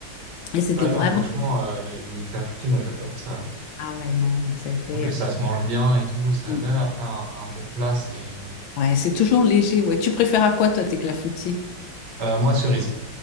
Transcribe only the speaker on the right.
Ouais,
non, franchement, euh, le- les clafoutis, moi, j'adore ça.
En plus, ça se mange bien et tout. Ça,
même après un, un bon plat, c'est,
euh, moi, cerise.